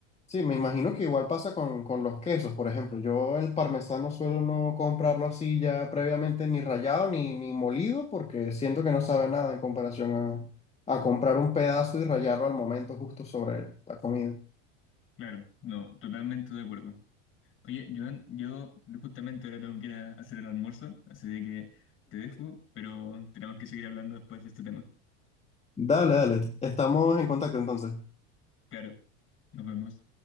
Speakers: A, on the left (about 20°); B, on the left (about 35°).
A: Sí, me imagino que igual pasa con, con los quesos, por ejemplo. Yo el parmesano suelo no comprarlo así ya previamente ni rallado ni, ni molido porque siento que no sabe a nada en comparación a, a comprar un pedazo y rallarlo al momento justo sobre la comida.
B: Claro, no, totalmente de acuerdo. Oye, Joan, yo justamente ahora tengo que ir a hacer el almuerzo, así de que te dejo, pero tenemos que seguir hablando después de este tema.
A: Dale, dale. Estamos en contacto entonces.
B: Claro, nos vemos.